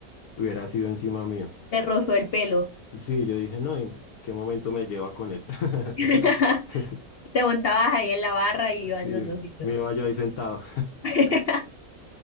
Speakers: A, on the left; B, on the left.
A: hubiera sido encima mío.
B: Te rozó el pelo.
A: Sí, yo dije, no, ¿en qué momento me lleva con él? <laughs>
B: <laughs>
A: Sí,
B: Te montabas ahí en la barra y
A: sí,
B: iban los dositos.
A: me iba yo ahí sentado.
B: <laughs>